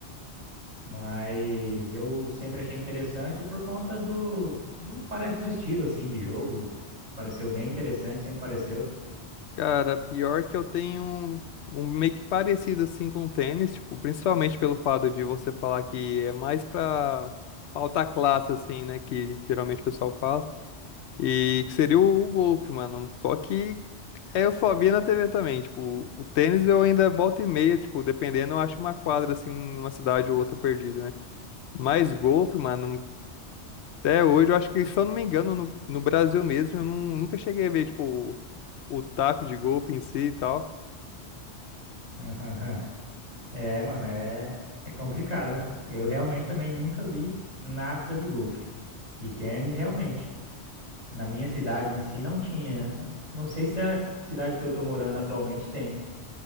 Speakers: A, on the right (about 35°); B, on the left (about 75°).
A: Mas eu sempre achei interessante por conta do, do, parece do estilo, assim, de jogo. Pareceu bem interessante, sempre pareceu.
B: Cara, pior que eu tenho um, um meio que parecido assim com o tênis, tipo, principalmente pelo fato de você falar que é mais pra alta classe, assim, né? Que geralmente o pessoal fala. E que seria o, o golfe, mano. Só que é, eu só via na TV também. Tipo, o tênis eu ainda volta e meia, tipo, dependendo, eu acho uma quadra assim, numa cidade ou outra perdida, né? Mas golfe, mano, até hoje, eu acho que, se eu não me engano, no, no Brasil mesmo, eu não, nunca cheguei a ver, tipo, o, o taco de golfe em si e tal.
A: <laughs> Aham. É, mano, é, é complicado. Eu realmente também nunca vi nada de golfe. De tênis, realmente. Na minha cidade em si não tinha. Não sei se a cidade que eu tô morando atualmente tem,